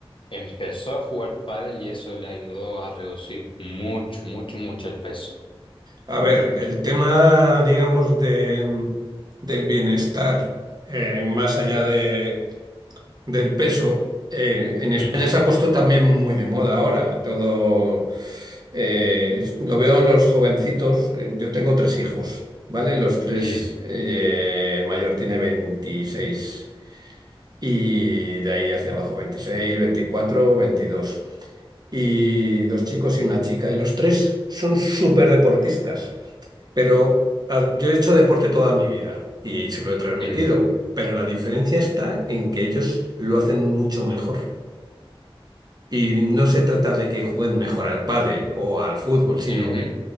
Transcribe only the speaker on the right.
A ver, el tema, digamos, de, del bienestar, eh, más allá de del peso. Eh, en España
se ha puesto también muy de moda ahora. Todo eh, lo veo en los jovencitos. Eh, Yo tengo tres hijos, ¿vale? Los tres,
eh, el mayor tiene 26 y de ahí hacia abajo 26 24 veintidós Y dos chicos y una chica. Y los tres son súper deportistas. Pero a- yo he hecho deporte toda mi vida y se lo he transmitido,
pero la diferencia está en que ellos lo hacen mucho mejor. Y no se trata de que jueguen mejor al pádel o al fútbol, sino